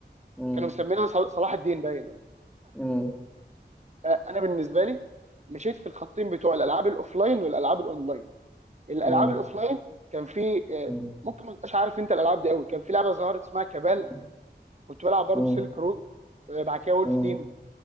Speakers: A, in the centre; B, on the right.
A: مم.
B: كانوا مسمينها صل- صلاح الدين باين ولا-
A: مم.
B: آه، انا بالنسبه لي مشيت في الخطين بتوع الالعاب الاوفلاين والالعاب الاونلاين الالعاب
A: مم.
B: الاوفلاين كان في آه،
A: مم.
B: ممكن ما تبقاش عارف انت الالعاب دي قوي كان في لعبه ظهرت اسمها كابال
A: مم.
B: كنت بلعب برضو
A: مم.
B: سيلك رود بعد كده وولف
A: مم.
B: تيم